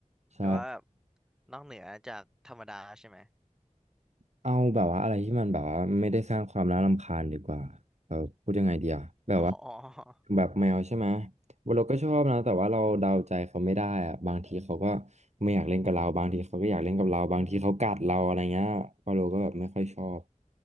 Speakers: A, on the right (about 60°); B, in the centre.
A: ใช่
B: หรือว่าแบบนอกเหนือจากธรรมดาใช่ไหม
A: เอาแบบว่าอะไรที่มันแบบว่าไม่ได้สร้างความน่ารำคาญดีกว่าเออพูดยังไงดีอะแบบว่า
B: อ๋อ
A: แบบแมวใช่ไหมเราก็ชอบนะแต่ว่าเราเดาใจเขาไม่ได้อะบางทีเขาก็ไม่อยากเล่นกับเราบางทีเขาก็อยากเล่นกับเราบางทีเขากัดเราอะไรเงี้ยพอเราก็แบบไม่ค่อยชอบ